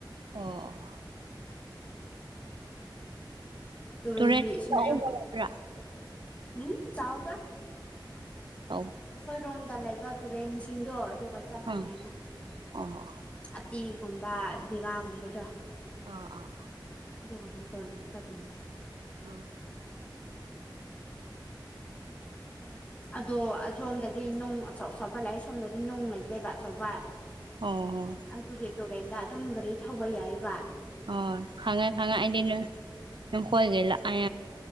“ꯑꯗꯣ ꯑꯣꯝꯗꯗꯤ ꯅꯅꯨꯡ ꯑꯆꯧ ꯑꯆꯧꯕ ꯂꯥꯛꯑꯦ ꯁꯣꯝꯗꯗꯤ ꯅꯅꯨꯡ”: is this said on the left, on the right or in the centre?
Left